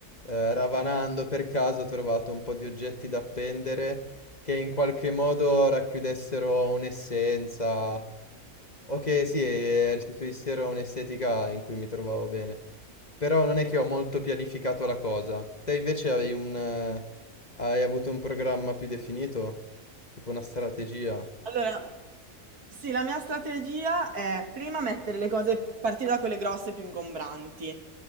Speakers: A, on the left; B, on the right.
A: eh, ravanando per caso ho trovato un po' di oggetti da appendere che in qualche modo racchiudessero un'essenza o che sì, eh, restituissero un'estetica in cui mi trovavo bene. Però non è che ho molto pianificato la cosa. Te invece hai un, eh, hai avuto un programma più definito? Tipo una strategia?
B: Allora, sì, la mia strategia è prima mettere le cose, partire da quelle grosse più ingombranti,